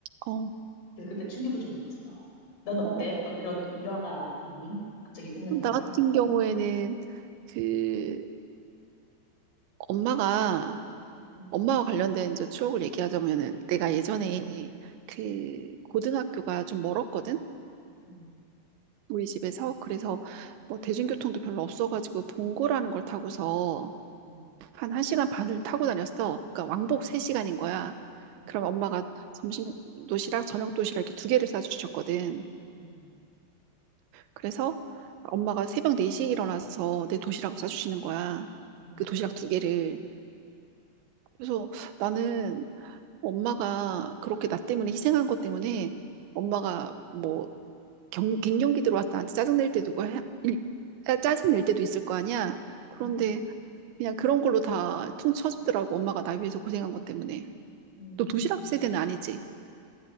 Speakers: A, on the right; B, on the left.
A: 어,
B: 그래서 그때 충격을 좀 먹었어. 넌 어때?
A: 어.
B: 어떤 그런 일화가 있니? 갑자기 생각나는?
A: 나 같은 경우에는 그 엄마가,
B: 음,
A: 엄마와 관련된 저 추억을 얘기하자면은 내가 예전에 그 고등학교가 좀 멀었거든?
B: 음,
A: 우리 집에서 그래서 뭐 대중교통도 별로 없어가지고 봉고라는 걸 타고서
B: 음,
A: 한 1시간 반을 타고 다녔어. 그러니까 왕복 3시간인 거야.
B: 음,
A: 그럼 엄마가 점심 도시락, 저녁 도시락 이렇게 두 개를 싸주셨거든.
B: 음,
A: 그래서 엄마가 새벽 4시에 일어나서 내 도시락을 싸주시는 거야.
B: 음,
A: 그 도시락 두 개를. 그래서 나는 엄마가 그렇게 나 때문에 희생한 것 때문에 엄마가
B: 음,
A: 뭐 경, 갱년기 들어와서 나한테 짜증낼 때 누가 해, 일- 짜- 짜증낼 때도 있을 거 아니야. 그런데
B: 음, 음,
A: 그냥 그런 걸로 다 퉁쳐주더라고. 엄마가 나 위해서 고생한 것 때문에.
B: 음.
A: 또 도시락 세대는 아니지.